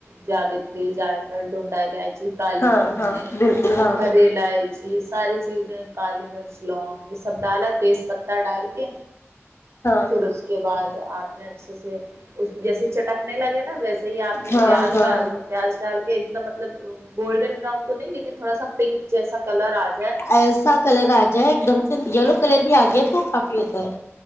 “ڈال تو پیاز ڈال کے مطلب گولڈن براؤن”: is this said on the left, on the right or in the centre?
Right